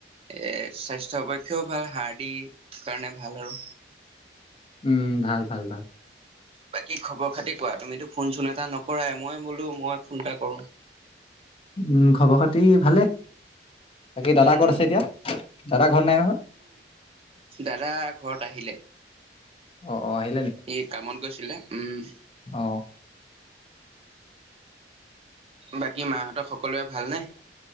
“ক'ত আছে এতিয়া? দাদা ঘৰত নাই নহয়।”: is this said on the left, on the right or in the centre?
Left